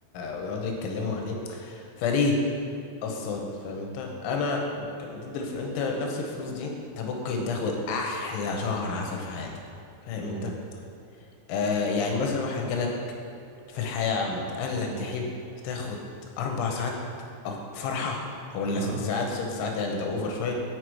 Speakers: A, on the left (about 80°); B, on the right (about 80°).
A: ويقعدوا يتكلموا عليه فليه اصلا فاهم انت انا ممكن ضد الفر... انت نفس الفلوس دي انت ممكن
B: مم.
A: تاخد احلى شهر عسل في حياتك فاهم
B: مم.
A: انت آه يعني مثلا واحد جالك في الحياة عامة قال لك
B: مم.
A: تحب تاخد أربع ساعات فرحة ولا
B: ها
A: ست ساعات وست ساعات يعني ده أوفر شوية